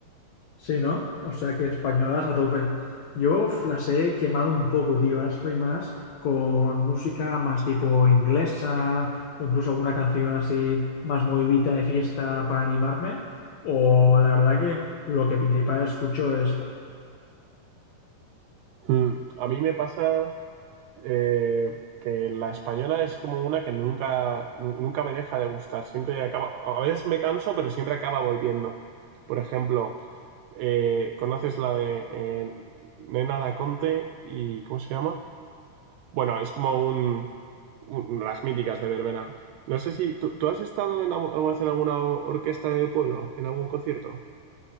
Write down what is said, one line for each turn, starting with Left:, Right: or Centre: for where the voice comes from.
Left: Sí, ¿no? O sea que españolas a tope. Yo uf, las he quemado un poco, tío. Ahora estoy más con música más tipo inglesa o incluso alguna canción así más movidita de fiesta para animarme. O la verdad que lo que principal escucho es
Right: Hmm, A mí me pasa eh, que la española es como una que nunca, nu- nunca me deja de gustar. Siempre acaba, a veces me canso, pero siempre acaba volviendo. Por ejemplo, eh, ¿conoces la de eh, Nena da Conte y cómo se llama? Bueno, es como un, un- las míticas de Verbena. No sé si tú, tú has estado en, algu- alguna vez en alguna orquesta de pueblo, en algún concierto.